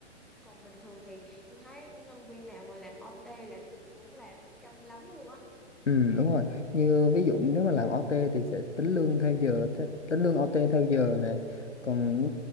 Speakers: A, in the centre; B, on the left.
A: còn bình thường thì tôi thấy nhân viên nào mà làm OT là cũng là chăm lắm luôn á
B: ừ đúng rồi như ví dụ nếu mà làm OT thì sẽ tính lương theo giờ th tính lương OT theo giờ nè còn